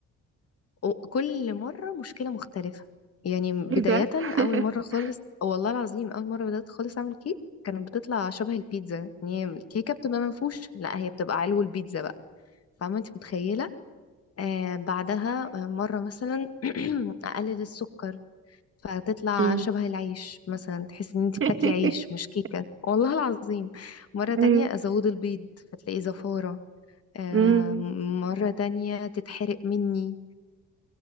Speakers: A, on the left (about 50°); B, on the right (about 45°).
A: وكل مرة مشكلة مختلفة يعني بداية
B: ايه ده
A: أول مرة
B: <laughs>
A: خالص والله العظيم أول مرة بدأت خالص أعمل كيك كانت بتطلع شبه البيتزا يعني هي الكيكة بتبقى منفوشة لا هي بتبقى علو البيتزا بقى فاهمة أنت متخيلة آه بعدها آه، مرة مثلا <clears throat> أقلل السكر فتطلع
B: امم
A: شبه العيش مثلا تحس ان انت
B: <laughs>
A: بتاكلي عيش مش كيكة والله العظيم مرة تانية
B: ايوه
A: أزود البيض فتلاقيه زفارة آه،
B: أمم.
A: مرة تانية تتحرق مني